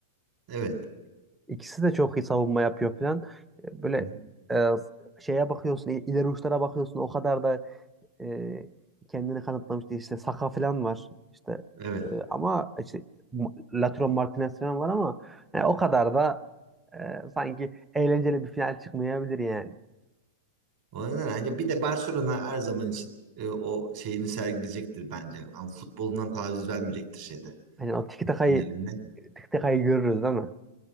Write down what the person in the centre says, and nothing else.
İkisi de çok iyi savunma yapıyor falan. E, Böyle
e, şeye bakıyorsun, il- ileri uçlara bakıyorsun. O kadar da e, kendini kanıtlamıştı işte Saka falan var işte
e, ama işte M- Lautaro Martinez falan var ama yani o kadar da e, sanki eğlenceli bir final çıkmayabilir yani.
Hani o tiki takayı
tiki takayı görürüz değil mi?